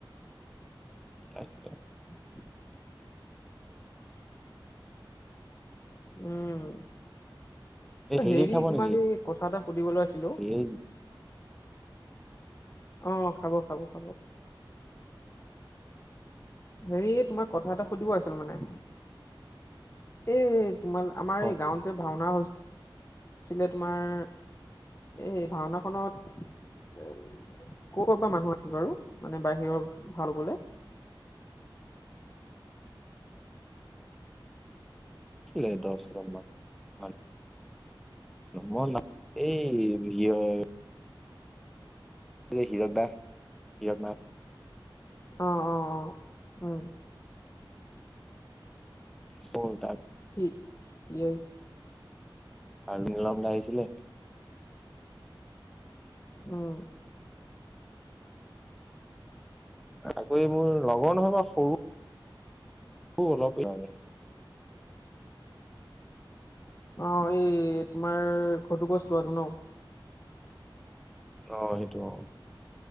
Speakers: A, in the centre; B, on the left (about 30°).
A: তাকে।
B: <inaudible> উম,
A: এই
B: অ হেৰি
A: খাব
B: তোমাক
A: নেকি
B: এই কথা এটা সুধিবলৈ আছিল অ।
A: এই
B: অ খাব খাব খাব। হেৰি তোমাক কথা এটা সুধিব আছিল মানে। এ তোমাৰ আমাৰ
A: কম
B: এই গাঁৱত যে ভাওনা হৈছ ছিলে তোমাৰ এই ভাওনাখনত এই কবাপা মানুহ আছিল বাৰু মানে বাহিৰৰ ভাল বোলে।
A: ঠিলে দছ ৰন মান মই ন এই বি <unintelligible> হিৰক দা হিৰক নাথ
B: অ অ অ উম
A: <unintelligible>
B: কি <unintelligible>
A: আৰু নীলমদা আহিছিলে
B: উম
A: আকৌ ইমোৰ লগৰ নহয় বা সৰু অলপ লাগে
B: অ এই তোমাৰ ঘটোকচ লোৱাটো ন
A: অ সেইটো অ